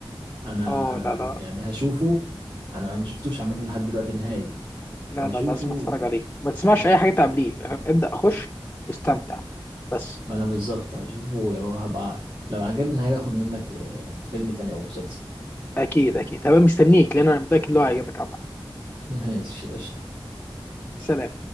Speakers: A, on the right; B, on the left.
A: انا
B: اه لا لا
A: يعني هشوفه انا أنا ما شفتوش عامه لحد دلوقتي النهائي
B: لا
A: فهشوفه
B: لا لازم اتفرج عليه وما تسمعش اي حاجه تعبليه فاهم؟ ابدا خش واستمتع بس
A: ما انا بالظبط هشوفه وهبقى لو عجبني هاجي اخد منك آه، فيلم تاني او مسلسل
B: اكيد اكيد هبقى مستنيك لان انا متاكد ان هو هيعجبك عامه
A: <laughs> ماشي قشطة
B: سلام